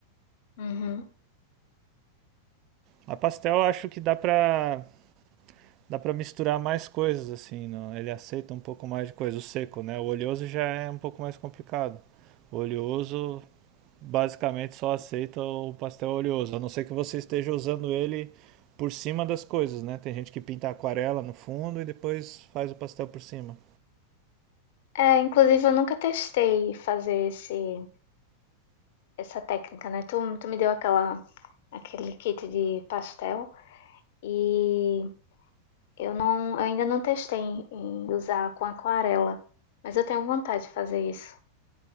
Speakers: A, on the left (about 55°); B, on the right (about 40°).
A: Uhum.
B: A pastel eu acho que dá pra dá para misturar mais coisas assim, não? ele aceita um pouco mais de coisa, o seco, né? O oleoso já é um pouco mais complicado. O oleoso basicamente só aceita o pastel oleoso, a não ser que você esteja usando ele por cima das coisas, né? Tem gente que pinta aquarela no fundo e depois faz o pastel por cima.
A: É, inclusive, eu nunca testei fazer esse, essa técnica, né? Tu, tu me deu aquela aquele kit de pastel e eu não, eu ainda não testei em usar com aquarela, mas eu tenho vontade de fazer isso.